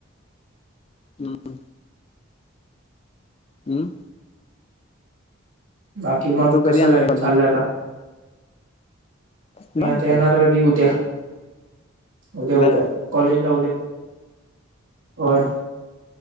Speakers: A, on the left; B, on the right.
A: हम्म. मं.
B: बाकी मग
A: तू
B: कसं
A: कधी येणार
B: काय
A: आहे कॉलेजला?
B: चाललंय आता?
A: निवांत
B: मी आता येणार
A: बघ.
B: कधी उद्या, उद्या
A: बर
B: उद्या कॉलेजला उद्या. होय
A: हा